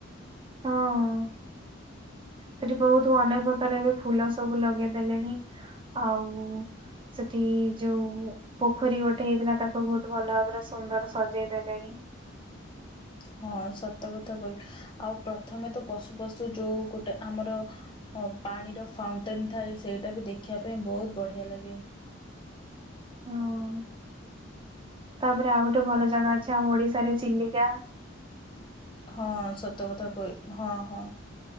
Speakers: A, on the right; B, on the left.
A: ହଁ। ସେଠି ବହୁତ ଅନେକ ପ୍ରକାର ବି ଫୁଲ ସବୁ ଲଗେଇଦେଲେଣି। ଆଉ ସେଠି ଯୋଉ ପୋଖରୀ ଗୋଟେ ହେଇଥିଲା ତାକୁ ବହୁତ ଭଲ ଭାବରେ ସୁନ୍ଦର ସଜେଇ ଦେଲେଣି?
B: ହଁ ସତ କଥା କହିଲ ଆଉ ପ୍ରଥମେ ତ ପଶୁ ପଶୁ ଯୋଉ ଗୋଟେ ଆମର ହ ପାଣିର ଫାଉଣ୍ଟେନ୍ ଥାଏ ସେଇଟା ବି ଦେଖିବା ପାଇଁ ବହୁତ ବଢ଼ିଆ ଲାଗେ।
A: ହଁ ତାପରେ ଆଉ ଗୋଟେ ଭଲ ଜାଗା ଅଛି ଆମ ଓଡିଶାରେ ଚିଲିକା।
B: ହଁ ସତ କଥା କହି ହଁ ହଁ।